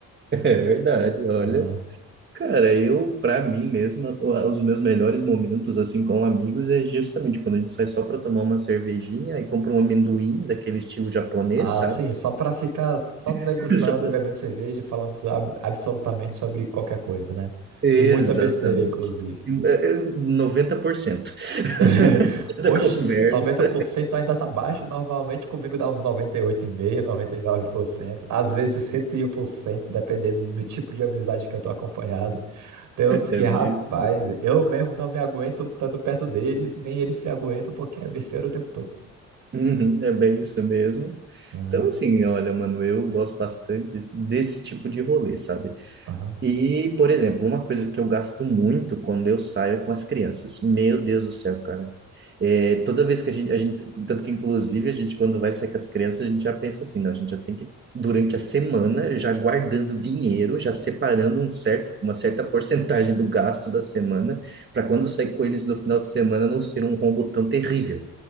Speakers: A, on the right; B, on the right.
A: É verdade, olha.
B: Aham.
A: Cara, eu, pra mim mesmo, os meus melhores momentos, assim, com amigos é justamente quando a gente sai só pra tomar uma cervejinha e compra um amendoim daquele estilo japonês,
B: Ah,
A: sabe?
B: sim, só para ficar só degustando
A: <laughs> Só pra-
B: e bebendo cerveja, e falando so- ab- absolutamente sobre qualquer coisa, né?
A: Exatamente.
B: E muita besteira, inclusive.
A: É, é, 90%
B: <laughs>
A: <laughs>
B: Oxi,
A: da conversa
B: noventa por cento ainda tá baixo. Normalmente comigo dá uns noventa noventa e e oito vírgula cinco por cento, noventa e nove por cento. Às vezes 101%, dependendo do tipo de amizade que eu tô acompanhado. Tem uns
A: é
B: que, rapaz,
A: mesmo.
B: eu mesmo não me aguento tanto perto deles e nem eles se aguentam porque é besteira o tempo todo.
A: Uhum, é bem isso mesmo.
B: Aham,
A: Então, assim, olha, mano, eu gosto bastante desse, desse tipo de rolê, sabe?
B: aham.
A: E, por exemplo, uma coisa que eu gasto muito quando eu saio é com as crianças. Meu Deus do céu, cara. É, toda vez que a gente, a gente, tanto que, inclusive, a gente, quando vai sair com as crianças, a gente já pensa assim, não, a gente já tem que, durante a semana, já guardando dinheiro, já separando um certo, uma certa <laughs> porcentagem do gasto da semana, para quando sair com eles no final de semana não ser um rombo tão terrível.